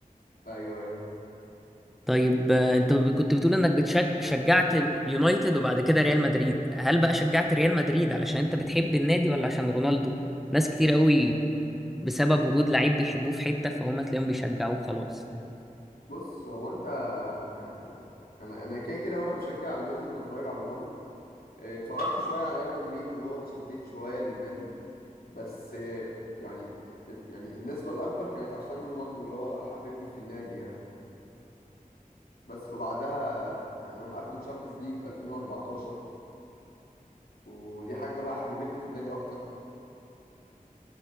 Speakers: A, on the left (about 85°); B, in the centre.
A: ايوه ايوه
B: طيب آه، انت كنت بتقول انك بتشجع شجعت يونايتد وبعد كده ريال مدريد هل بقى شجعت ريال مدريد علشان انت بتحب النادي ولا عشان رونالدو ناس كتير قوي بسبب وجود لعيب بيحبوه في حتة فهم تلاقيهم بيشجعوه خلاص
A: بص هو انت يعني آه، انا انا كده كده وانا بشجع اليونايتد وبتفرج على رونالدو اتفرجت شوية على ريال مدريد واللي هو اتشددت شوية للنادي بس آه، يعني يعني النسبة الأكبر كانت عشان رونالدو اللي هو حببني في النادي يعني بس وبعدها يعني هم أخدوا تشامبيونز ليج في 2014 ودي حاجة بقى حببتني في النادي أكتر